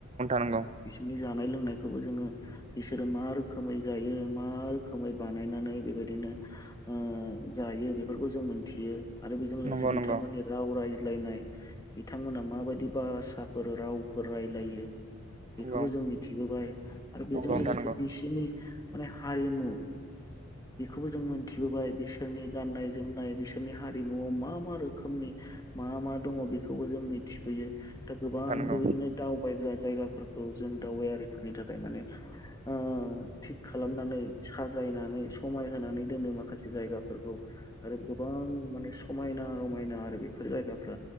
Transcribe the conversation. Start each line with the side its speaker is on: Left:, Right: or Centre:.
Right: नंगौ
Left: बिसोरनि जा जानाय लोंनायखौबो जोङो बिसोरो मा रोखोमै जायो मा रोखोमै बानायनानै बेबायदिनो ओ जायो बेफोरखौ जों मोनथियो। आरो बेजों लोगोसे
Right: नंगौ नोंथां नंगौ
Left: बिथांमोननि
Right: नंगौ
Left: राव रायज्लायनाय बिथांमोना माबायदि भाषाफोर रावफोर रायलायो
Right: नंगौ
Left: बेखौबो जों मिथिबोबाय आरो बेजों
Right: नोंथां
Left: लोगोसे बिसोरनि माने हारिमु <inaudible> बेखौबो जों मोनथिबोबाय बिसोरनि गाननाय जोमनाय बिसोरनि हारिमुआव मा मा रोखोमनि मा मा दङ' बेखौबो जों मिथिबोयो दा गोबां
Right: नंगौ
Left: बेबायदिनो दावबायग्रा जायगाफोरखौ जों दावबायारिफोरनि थाखाय माने ओ थिग खालामनानै साजायनानै समाय होनानै दोनो माखासे जायगाफोरखौ आरो गोबां माने समायना रमायना आरो बेफोर जायगाफ्रा